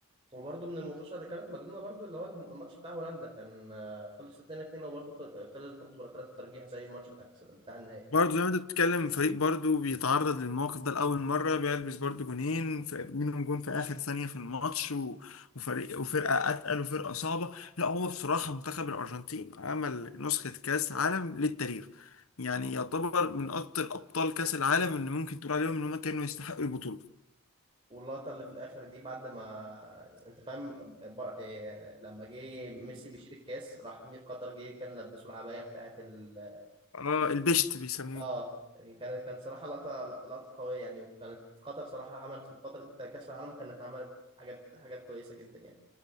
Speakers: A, on the right; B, on the left.
A: وبرده من الماتشات اللي كانت مجنونه برده اللي هو الم- الماتش بتاع هولندا كان آه، خلص 2-2 وبرده خ- خلص برده بركلات الترجيح زي الماتش بتاع كأس- بتاع النهائي
B: برضه زي ما انت بتتكلم فريق برضه بيتعرض للموقف ده لأول مرة بيلبس برضه جونين ف- منهم جون في آخر ثانية في الماتش و- وفريق وفرقة أتقل وفرقة صعبة لا هو بصراحة منتخب الأرجنتين عمل نسخة كأس عالم للتاريخ يعني يعتبر من أكتر أبطال كأس العالم اللي ممكن تقول عليهم إن هم كانوا يستحقوا البطولة
A: واللقطه اللي في الاخر دي بعد ما انت فاهم ب- آه، لما جه ميسي بيشيل الكاس راح امير قطر جه كان لبسه العبايه بتاعه ال
B: اه البشت بيسموه
A: اه يعني كان كان صراحه لقطه لقطه قويه يعني وكانت قطر صراحه عملت في الفتره دي بتاع كاس العالم كانت عملت حاجات حاجات كويسه جدا يعني